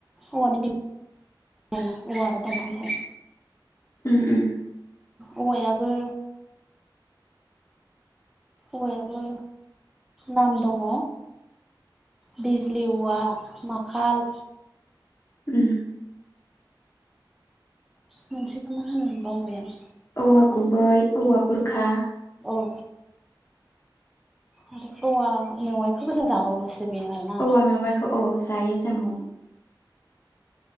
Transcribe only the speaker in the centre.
औवानि औवार आरो दंफांखौ
औवायाबो। बययाबो नाम दंङ। बिज बिजलि माखाल।
मोनसेखौ मा होनो बावबाय आं।
औ <inaudible> आरो औवा मेवाइखौबो जों जाबावो। बेया ना।